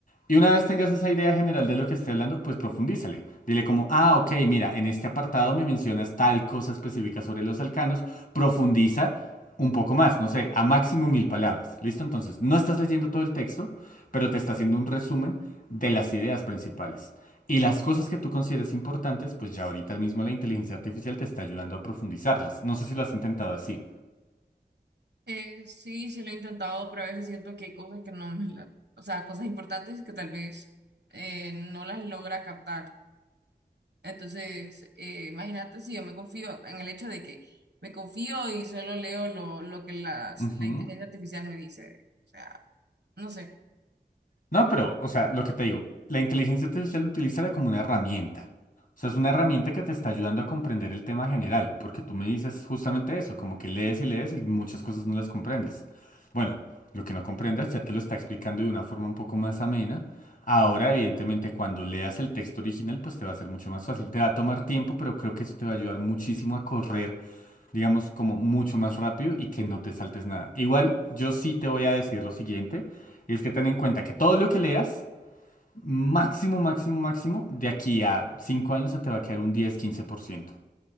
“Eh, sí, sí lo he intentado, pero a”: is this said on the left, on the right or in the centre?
Right